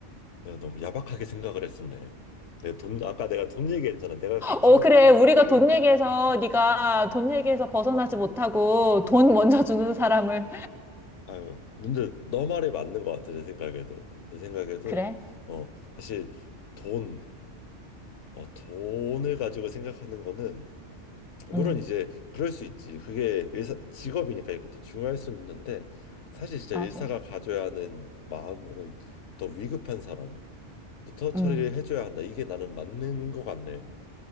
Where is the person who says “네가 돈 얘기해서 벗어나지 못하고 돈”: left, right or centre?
Centre